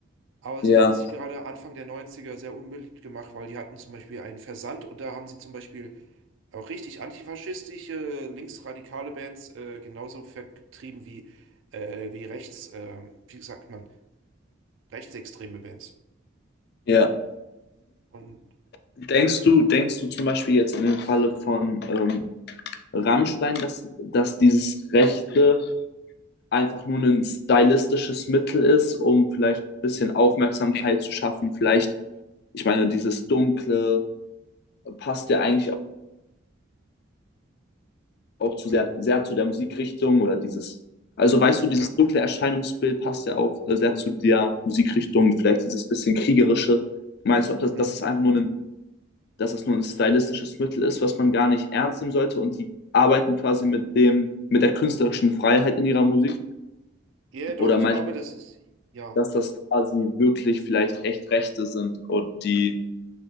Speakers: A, on the right (about 70°); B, on the left (about 55°).
A: Aber
B: ja,
A: sie haben sich gerade Anfang der Neunziger sehr unbeliebt gemacht, weil die hatten zum Beispiel einen Versand und da haben sie zum Beispiel auch richtig antifaschistische, linksradikale Bands äh, genauso vertrieben wie, äh, wie rechts, ähm, wie sagt man, rechtsextreme Bands.
B: ja.
A: Und
B: Denkst du, denkst du zum Beispiel jetzt in dem Falle von ähm, Rammstein, dass, dass dieses Rechte einfach nur ein stylistisches Mittel ist, um vielleicht ein bisschen
A: äh,
B: Aufmerksamkeit zu schaffen? Vielleicht, ich meine, dieses Dunkle passt ja eigentlich auch zu
A: ähm,
B: sehr, sehr zu der Musikrichtung oder dieses, also weißt du, dieses dunkle Erscheinungsbild passt ja auch äh, sehr zu der Musikrichtung, vielleicht dieses bisschen kriegerische. Meinst du, ob das,
A: mhm.
B: dass es einfach nur ein, dass das nur ein stylistisches Mittel ist, was man gar nicht ernst nehmen sollte und die arbeiten quasi mit dem, mit der künstlerischen Freiheit in ihrer Musik?
A: Ja, doch,
B: Oder
A: ich
B: meinst
A: glaube,
B: du,
A: das ist, ja.
B: dass das quasi wirklich vielleicht echt Rechte sind und die